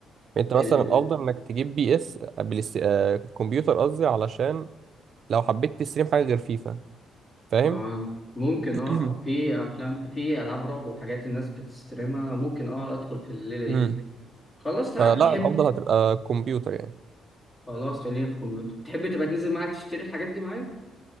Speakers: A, on the right; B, on the left.
A: انت
B: احسن
A: مثلا الافضل انك تجيب بي اس بلس... آه... كمبيوتر قصدي علشان لو حبيت تستريم حاجه غير فيفا فاهم
B: اه ممكن
A: <coughs>
B: اه في افلام في العاب رعب وحاجات الناس بتستريمها ممكن اه ادخل في الليله دي
A: <coughs> مم.
B: خلاص تمام
A: فلا
B: تحب
A: الافضل هتبقى كمبيوتر يعني
B: خلاص خلينا في الكمبيوتر تحب تبقى تنزل معايا تشتري الحاجات دي معايا